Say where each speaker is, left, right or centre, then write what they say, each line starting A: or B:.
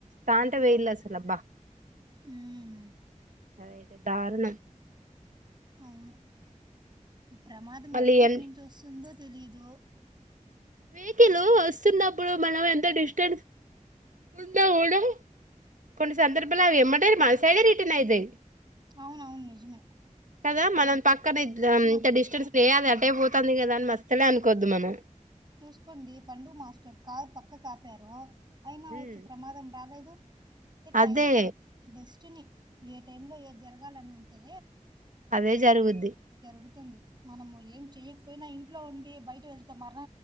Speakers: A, on the right; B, on the right.
A: తాంట
B: ఆ,
A: వెయిల్ సలబ్బా
B: మ్మ్.
A: అదేతే ధారుణ
B: అవును ప్రమాదం
A: మళ్ళీ
B: ఎటువైపు
A: ఎన్
B: నుంచి వస్తుందో తెలీదు
A: వెహికల్ వస్తున్నప్పుడు మనం ఎంత డిస్టెన్స్ ఉందా ఊడు కొన్ని సందర్భాలు అవి ఎమ్మంటారు మనసాగ రిటర్న్ అయితేవి
B: అవున అవును నిజమే
A: కదా మనం పక్ పక్క
B: మ
A: ఇంత డిస్టెన్స్ వేయదు అటయి పోతుంది కదా అని మస్తలే అనుకోద్దు మనం
B: చసుకోండి పండు మాస్టర్ కారు పక్క కాపారు అయినా
A: హ్మ్
B: వచ్చి ప్రమాదం రాలేదు అతే టైము
A: అదే
B: డెస్టినీ ఏ టైమ్ లో ఏ జరగాలని ఉంటే
A: అదే జరుగుద్ది
B: గుతు మనము ఏం చేయకపోయినా ఇంట్లో ఉండి బయట వెళ్తే మరణ